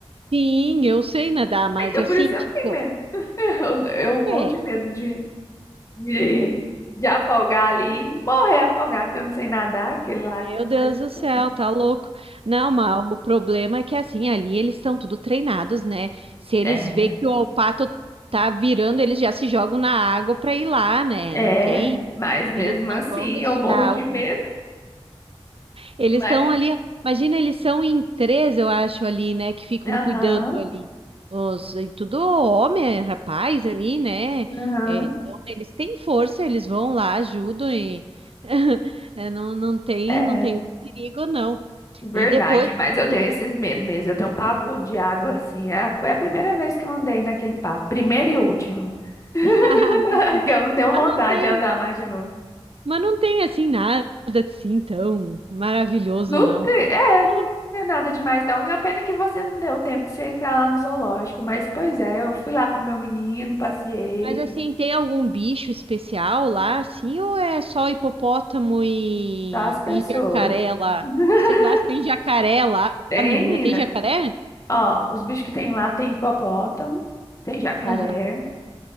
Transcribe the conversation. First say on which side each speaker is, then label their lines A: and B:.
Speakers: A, on the right; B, on the left.
A: Sim, eu sei nadar, mas
B: Ah, Então
A: assim,
B: por isso
A: tipo,
B: eu não tenho medo. <laughs> Eu, eu morro
A: é.
B: de medo de de, de afogar ali e morrer afogado, que eu não sei nadar, aquele lago
A: Meu Deus
B: parece
A: do céu,
B: tão bom.
A: tá louco. Não, mas o problema é que assim, ali eles estão tudo treinados, né? Se eles
B: É,
A: vê que o pato tá virando, eles já se jogam na água pra ir lá, né?
B: <laughs> é,
A: Não tem?
B: mas mesmo
A: Eles não
B: assim
A: vão deixar.
B: eu morro de medo.
A: Eles
B: Mas
A: estão
B: eu.
A: ali, imagina, eles são em três, eu acho, ali, né, que ficam
B: Aham,
A: cuidando ali. Os, e tudo homem, é rapaz ali, né?
B: aham.
A: É, Então, eles têm força, eles vão lá, ajudam e <laughs> é, não, não tem,
B: É
A: não tem perigo, não.
B: verdade,
A: E depois,
B: mas eu tenho
A: sim.
B: esses medos mesmo. Eu tenho um pavor de água assim. É, foi a primeira vez que eu andei naquele parque, primeira e última. <laughs>
A: <laughs>
B: Que eu não tenho
A: mas
B: vontade
A: não tem,
B: de andar mais de novo.
A: mas não tem assim nada assim tão maravilhoso,
B: Não
A: não.
B: tem, é,
A: <laughs>
B: não é nada demais, não. E a pena que você não deu tempo de você entrar lá no zoológico. Mas, pois é, eu fui lá com meu menino, passeei,
A: Mas assim, tem algum bicho especial lá, assim, ou é só hipopótamo e,
B: tá? As pessoas.
A: e jacaré lá?
B: <laughs>
A: Sei lá se tem jacaré lá,
B: Tem,
A: a menina.
B: menina.
A: Tem jacaré?
B: Ó, os bichos que tem lá tem hipopótamo, tem jacaré,
A: Aham.